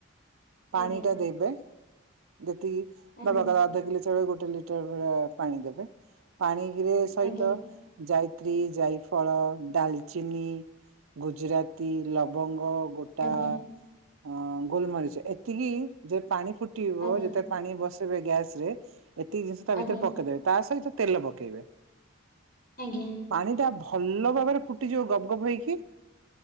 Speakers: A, on the right (about 85°); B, on the left (about 40°).
A: ପାଣି
B: ଆଜ୍ଞା
A: ଟା ଦେବେ ଯେତିକି
B: ଆଜ୍ଞା
A: ଦବାକଥା ଅଧ କିଲେ ଚାଉଳ ରେ ଗୋଟେ ଲିଟର ଭଳିଆ ପାଣି ଦେବେ। ପାଣି ରେ ସଇତ
B: ଆଜ୍ଞା
A: ଯାଇତ୍ରୀ, ଯାଇଫଳ, ଡାଲଚିନି ଗୁଜୁରାତି, ଲବଙ୍ଗ, ଗୋ ଟା
B: ଆଜ୍ଞା
A: ଅଁ, ଗୋଲମରିଚ ଏତିକି ଯେ ପାଣି ଫୁଟିବ
B: ଆଜ୍ଞା
A: ଯେତେ ପାଣି ବସେଇବେ ଗ୍ୟାସ୍ ରେ ଏତିକି ଜିନିଷ ତା
B: ଆଜ୍ଞା
A: ଭିତରେ ପକେଇଦେବେ ତା ସଇତ ତେଲ ପକେଇବେ।
B: ଆଜ୍ଞା।
A: ପାଣି ଟା ଭଲ ଭାବରେ ଫୁଟିଯିବ ଗପ୍ ଗପ୍ ହେଇକି।